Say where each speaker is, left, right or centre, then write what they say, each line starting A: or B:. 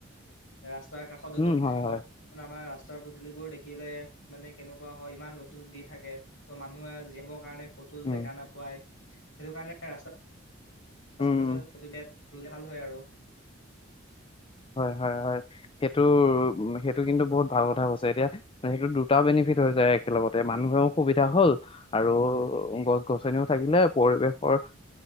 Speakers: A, on the left; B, on the left.
A: ৰাস্তাৰ কাষত হ'লো
B: উম হয়
A: বৰ্তমান
B: হয়
A: আমাৰ ৰা সচাৰ পদূলিবোৰ দেখিলে মানে কেনেকুৱা হয় ইমান ৰ'দ ৰত দি থাকে ত' মানুহে জিবৰ কাৰণে ক'তো
B: উম
A: জেগা নাপায়। সেইটো কাৰণে ৰাস্তা <unintelligible>
B: উম
A: ৰুলে ভাল হয় আৰু
B: হয় হয় হয় সেইটো সেইটো কিন্তু বহুত ভাল কথা কৈছে এতিয়া সেইটো দুটা বেনিফিট হৈ যায় একেলগতে মানুহেও সুবিধা হল আৰু গছ গছনিও থাকিলে পৰিৱেশৰ